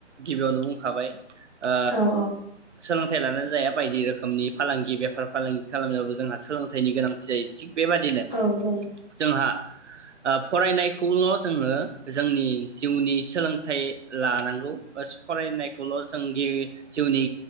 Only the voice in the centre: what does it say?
औ
औ जायो